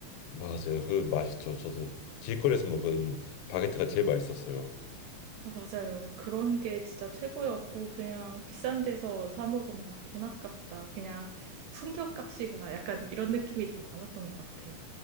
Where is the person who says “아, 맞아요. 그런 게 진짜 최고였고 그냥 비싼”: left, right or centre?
Right